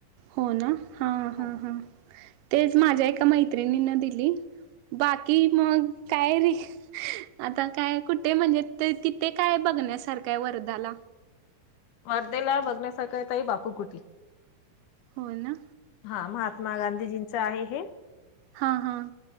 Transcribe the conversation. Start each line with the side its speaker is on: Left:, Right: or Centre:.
Right: होना हां हां
Left: हो
Right: हां तेच माझ्या एका मैत्रिणी न दिली. बाकी मग कायरी आता काय कुठे म्हंजे ते तिथे काय बघण्यासारखाय वरदाला?
Left: वर्देला बघण्यासारखं तई बापूकुटी.
Right: होयना?
Left: हां महात्मा गांधीजींचं आहे हे.
Right: हां हां.